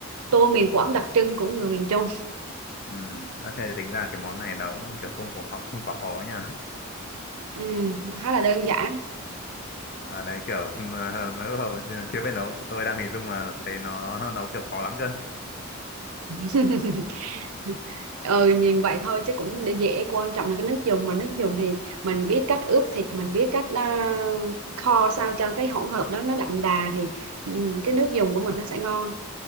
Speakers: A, on the right; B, on the left.
A: tô miền Quảng đặc trưng của người miền Trung
B: ừ à, thế tính ra cái món này nó cũng kiểu không quá không quá khó nhở
A: Ừ nó khá là đơn giản
B: à, đấy kiểu <laughs> nó lúc đầu chưa chưa biết nấu tôi đang hình dung mà thấy nó <laughs> nấu kiểu khó lắm cơ
A: <laughs> Ừ nhìn vậy thôi chứ cũng để dễ Quan trọng là cái nước dùng Mà nước dùng thì mình biết cách ướp thịt Mình biết cách à, kho sao cho cái hỗn hợp đó nó đậm đà Thì ừ, cái nước dùng của mình nó sẽ ngon